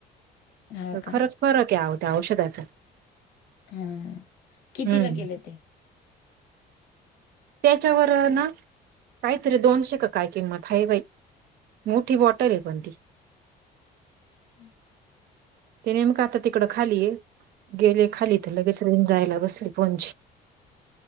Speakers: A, on the left; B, on the right.
A: हा का
B: खरंच फरक आहे होत्या औषधाचा
A: हा कितीला
B: हं.
A: केले ते
B: त्याच्यावर ना काहीतरी दोनशे का काय किंमत ह बाई मोठी बॉटल आहे पण ती
A: हम्म
B: ते नेमक आता तिकडं खाली गेले खाली तर लगेच रेंज जायला बसली फोनची